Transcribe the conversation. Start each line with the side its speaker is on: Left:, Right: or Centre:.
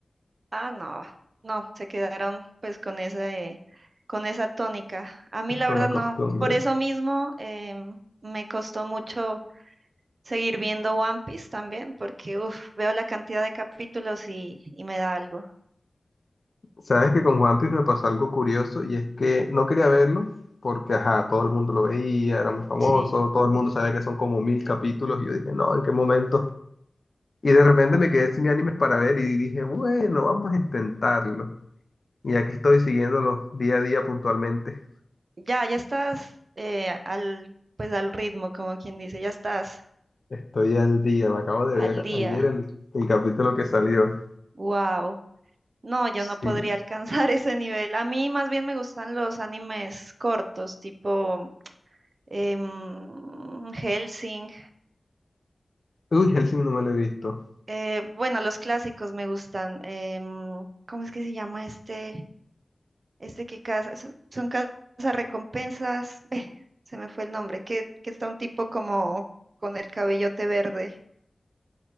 Right: Ah, no, no, se quedaron pues con esa, eh, con esa tónica. A mí la
Left: con
Right: verdad
Left: la costumbre.
Right: no, por eso mismo em, me costó mucho seguir viendo One Piece también, porque uf, veo la cantidad de capítulos y, y me da algo.
Left: Sabes que con One Piece me pasó algo curioso y es que no quería verlo porque, ajá, todo el mundo lo veía, era muy famoso,
Right: Sí,
Left: todo el mundo sabía que son como mil capítulos y yo dije, no, ¿en qué momento? Y de repente me quedé sin animes para ver y dije, bueno, vamos a intentarlo. Y aquí estoy siguiéndolo día a día puntualmente.
Right: ya, ya estás eh, al, pues al ritmo, como quien dice, ya estás
Left: Estoy al día, me acabo de
Right: al
Left: ver
Right: día.
Left: ayer el, el capítulo que salió.
Right: Wow. No, yo
Left: Sí.
Right: no podría alcanzar <laughs> ese nivel. A mí más bien me gustan los animes cortos, tipo em, Hellsing.
Left: Uy, Hellsing no me lo he visto.
Right: eh, bueno, los clásicos me gustan. em, ¿cómo es que se llama este? Este que casa, son, son recompensas. <laughs> se me fue el nombre. Que, que está un tipo como con el cabellote verde.